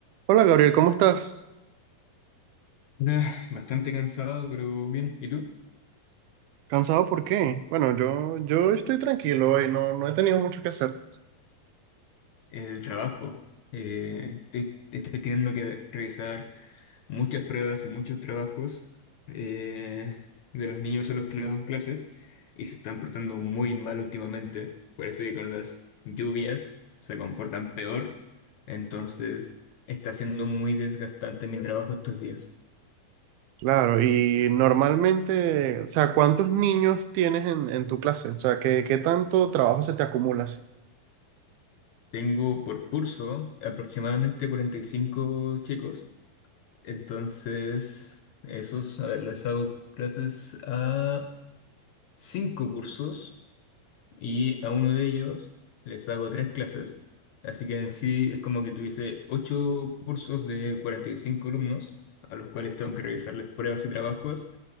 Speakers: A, on the right; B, on the left.
A: Hola Gabriel, ¿cómo estás?
B: Nah, bastante cansado, pero bien. ¿Y tú?
A: ¿Cansado por qué? Bueno, yo, yo estoy tranquilo hoy, no, no he tenido mucho que hacer.
B: El trabajo. Eh, estoy, estoy teniendo que revisar muchas pruebas y muchos trabajos eh, de los niños a los que les doy clases y se están portando muy mal últimamente. Parece que con las lluvias se comportan peor. Entonces, está siendo muy desgastante mi trabajo estos días.
A: Claro, y normalmente, o sea, ¿cuántos niños tienes en, en tu clase? O sea, ¿qué, qué tanto trabajo se te acumula? así?
B: Tengo por curso aproximadamente 45 chicos Entonces, esos, a ver, les hago clases a cinco cursos y a uno de ellos les hago tres clases. Así que en sí es como que tuviese ocho cursos de 45 alumnos, a los cuales tengo que revisarles pruebas y trabajos